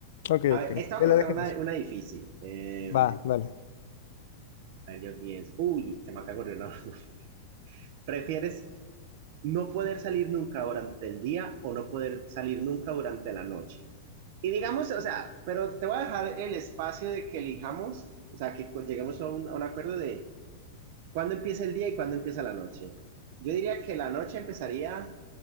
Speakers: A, on the left; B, on the right.
A: Ok,
B: A
A: ok.
B: ver, esta va
A: Ya
B: a colocar
A: la dejé
B: una,
A: pues.
B: una difícil. Eh,
A: Va, dale.
B: a ver, yo pienso. Uy, se me acaba de ocurrir, ¿no? <laughs> ¿Prefieres no poder salir nunca durante el día o no poder salir nunca durante la noche? Y digamos, o sea, pero te voy a dejar el espacio de que elijamos, o sea, que lleguemos a un, a un acuerdo de cuándo empieza el día y cuándo empieza la noche. Yo diría que la noche empezaría